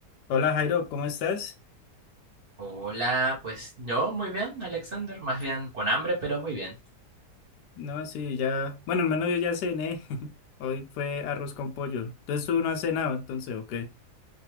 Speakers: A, on the left (about 80°); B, on the right (about 45°).
A: Hola Jairo, ¿cómo estás?
B: Hola, pues yo muy bien, Alexander, más bien con hambre, pero muy bien.
A: No, sí, ya. Bueno, al menos yo ya cené. <laughs> Hoy fue arroz con pollo. Entonces tú no has cenado, entonces, ¿o qué?